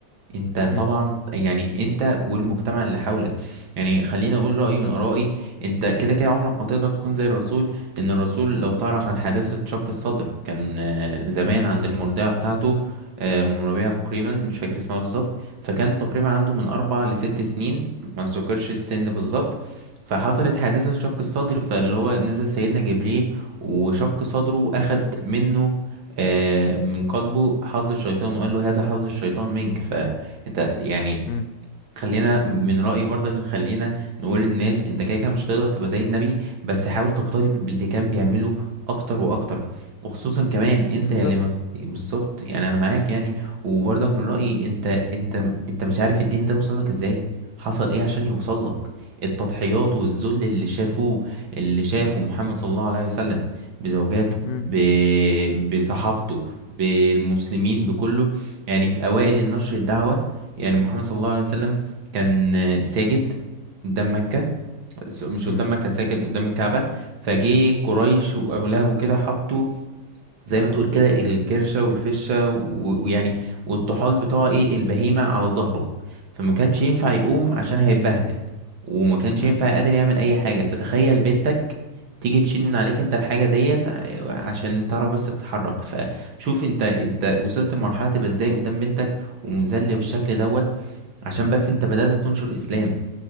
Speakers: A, on the right; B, on the left.
A: انت
B: مم.
A: طبعا يعني انت والمجتمع اللي حولك يعني خليني اقول رأيي
B: بالظبط
A: من آرائي انت كده كده عمرك ما تقدر تكون زي الرسول لان الرسول لو تعرف عن حادثة شق الصدر كان آه، زمان
B: مم.
A: عند المرضعة بتاعته آه، ام ربيعة تقريبا مش فاكر اسمها بالظبط فكان تقريبا عنده من اربع لست سنين ما نذكرش السن بالظبط فحصلت حادثة شق الصدر فاللي هو نزل سيدنا جبريل وشق صدره أخد منه آه، من قلبه حظ الشيطان وقال له هذا حظ الشيطان منك ف انت يعني
B: مم.
A: خلينا من رأيي برضك خلينا نقول للناس انت كده كده مش هتقدر تبقى زي النبي بس حاول تقتدي باللي كان بيعمله اكتر واكتر وخصوصا كمان انت
B: بالظبط
A: اللي ما بت- بالظبط يعني انا معاك يعني وبرضك من رأيي انت انت انت مش عارف الدين ده وصل لك ازاي حصل ايه عشان يوصل لك التضحيات والذل اللي شافوه اللي شافه محمد صلى الله عليه وسلم بزوجاته
B: مم.
A: ب... بصحابته بالمسلمين بكله يعني في اوائل النشر الدعوة يعني محمد صلى الله عليه وسلم كان ساجد
B: بس
A: قدام مكة س- مش
B: مم.
A: قدام مكة ساجد قدام الكعبة فجه قريش وأبو لهب وكده حطوا زي ما تقول كده الكرشة والفشة و- ويعني والطحال بتوع ايه البهيمة على ظهره فما كانش ينفع يقوم عشان هيتبهدل وما كانش
B: مم.
A: ينفع قادر يعمل اي حاجة فتخيل بنتك تيجي تشيل من عليك انت الحاجة ديت ع- عشان تعرف بس تتحرك فشوف انت انت وصلت لمرحلة تبقى ازاي قدام بنتك ومذل بالشكل دوت عشان بس انت بدأت تنشر الاسلام